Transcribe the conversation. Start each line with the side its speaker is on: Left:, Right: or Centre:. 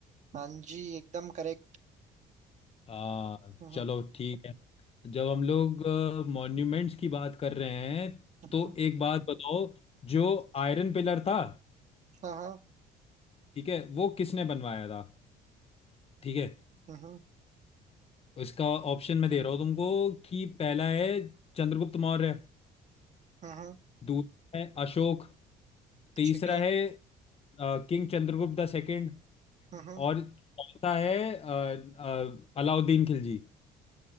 Right: हाँ जी एकदम करेक्ट
Left: आ,
Right: हम्म
Left: चलो ठीक है जब हम लोग मॉन्यूमेंट्स की बात कर रहे हैं
Right: हम्म,
Left: तो एक बात बताओ जो आयरन पिलर था
Right: हाँ हाँ
Left: ठीक है वो किसने बनवाया था ठीक है
Right: हम्म हम्म
Left: इसका ऑप्शन मैं दे रहा हूँ तुमको कि पहला है चंद्रगुप्त मौर्य
Right: हम्म,
Left: दूसरा है अशोक तीसरा
Right: ठीक है
Left: है किंग चंद्रगुप्त द सेकंड
Right: हम्म हम्म,
Left: और चौथा है अ, अ, अलाउद्दीन खिलजी